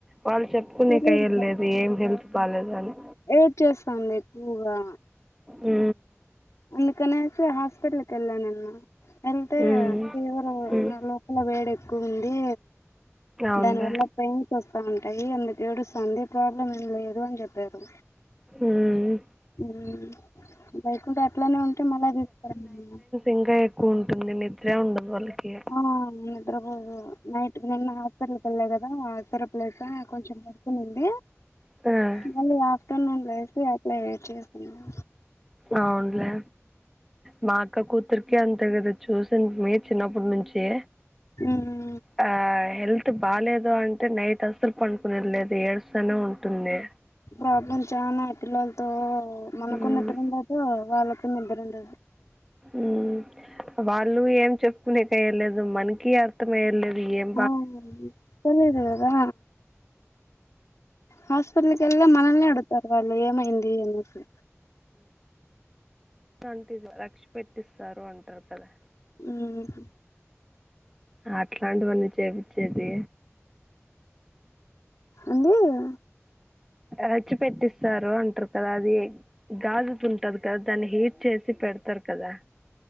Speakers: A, in the centre; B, on the left (about 80°).
A: వాళ్ళు చెప్పుకునేకీ
B: తెలియదు
A: అయ్యదిల్లేదు ఏం హెల్త్ బాలేదని
B: వేడి చేస్తాంది ఎక్కువగా
A: ఉ
B: అందుకనేసి హాస్పిటల్కికేళ్ళా నిన్న వెళ్తే
A: మ్మ్.
B: ఫీవర్
A: మ్మ్.
B: నా లోపల వేడి ఎక్కువ ఉంది
A: అవునులే
B: దానివల్ల పెయిన్స్ వస్తూ ఉంటాయి ఎందుకు ఏడుస్తాంది ప్రాబ్లం ఏం లేదు అని చెప్పారు
A: ఉమ్.
B: ఉమ్ లేకుంటే అట్లానే ఉంటే మళ్ల దిస్కరమ్మన్నా.
A: ఇంగా ఎక్కువ ఉంటుంది నిద్రే ఉండదు వాళ్లకు ఇగ.
B: ఆ నిద్రపోదు. నైట్ నిన్న హాస్పిటల్కి ఏళ్ల కదా సిరప్ లేసా కొంచెం పడుకొని ఉంది.
A: ఆ.
B: మళ్ళీ ఆఫ్టర్నూన్ లేసి అట్లే చేసుకున్నా.
A: అవునుల్లే మా. అక్క కూతురికి అంతే కదా చూసింటిమి చిన్నప్పటి నుంచే.
B: ఊమ్.
A: ఆ హెల్త్ బాలేేదు అంటే నైట్ అసలు పంకునేది లేదు ఏడుస్తానే ఉంటుంది.
B: ప్రాబ్లమ్ చానా పిల్లలతో మనకు
A: మ్మ్
B: నిద్ర ఉండదో వాళ్ళలకు నిద్ర ఉండదు
A: ఉమ్ వాళ్ళు ఏం చెప్పుకునేకయలేదు మనకి అ. మొత్తం ఎం లేదు ఎమ్.
B: అవునండి ఇత్తలేదు గదా. హాస్పిట్ల్కిల్ మనల్నే ఆడుగుతారు వాళ్ళు ఏమైంది అనేసి.
A: అంటిది రక్ష పెట్టిస్తారు అంటారు కదా.
B: ఉమ్.
A: అట్లాంటివన్నీ చేసి చేసి.
B: ఏందీ అ.
A: రెచ్చి పెట్టిస్తారు అంటారు కదా అది గాజు తుంటది కదా. దాన్ని హీట్ చేసి పెడతరు కదా.